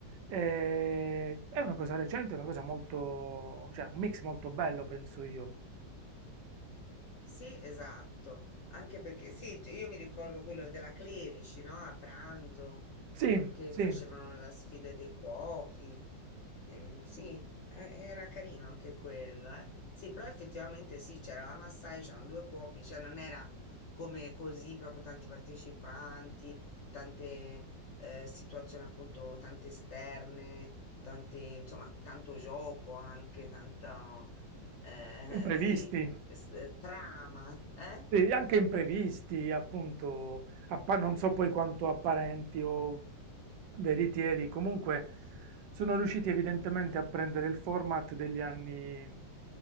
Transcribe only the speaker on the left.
Sì, esatto, anche perché sì, cioè, io mi ricordo quello della Clerici, no? A pranzo
che
facevano la sfida dei cuochi. Ehm, sì, eh, era carino anche quello, eh. Sì, però effettivamente sì, c'era la Massai, c'erano due cuochi, cioè non era come così proprio tanti partecipanti, tante eh, situazioni appunto, tante esterne, tante, insomma, tanto gioco anche, tanto eh,
<laughs> sì s- eh, trama, eh?